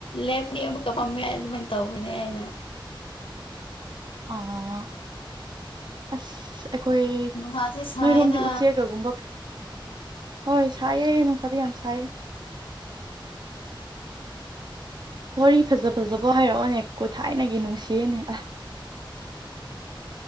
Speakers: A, on the left; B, on the right.
A: ꯂꯦꯞꯅꯦꯕ ꯀꯄꯃꯦꯏ ꯑꯗꯨꯃꯥꯏꯅ ꯇꯧꯕꯅꯦ ꯑꯩꯅ
B: ꯑꯥ ꯑꯁ ꯑꯩꯈꯣꯏ
A: ꯅꯨꯡꯁꯥꯁꯦ ꯁꯥꯏꯅ
B: ꯅꯣꯏꯔꯣꯝꯗꯤ ꯎ ꯎꯆꯦꯒꯒꯨꯝꯕ ꯀ ꯍꯣꯏ ꯁꯥꯏꯌꯦ ꯅꯨꯡꯁꯥꯗꯤ ꯌꯥꯝ ꯁꯥꯏꯌꯦ ꯋꯥꯔꯤ ꯐꯖ ꯐꯖꯕ ꯍꯥꯏꯔꯛꯑꯣꯅꯦ ꯀꯣ ꯊꯥꯏꯅꯒꯤ ꯅꯨꯡꯁꯤꯌꯦꯅꯦ ꯑ